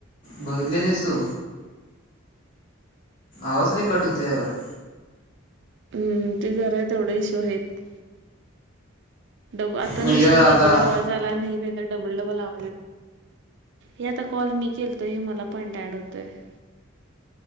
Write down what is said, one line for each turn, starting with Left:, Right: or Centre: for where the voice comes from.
Left: बघितली नाहीस तू? आवाज लई कट होतोय यावर
Right: हुं. ते जरा तेवढे इश्यू हायेत. डबा आता
Left: मग
Right: नशीब
Left: हे आता
Right: डबल आवाज आला नाही. नाही तर डबल डबल आवाज येतो. हे आता कॉल मी केलतो. हे मला पॉइंट ॲड होतोय. <inaudible>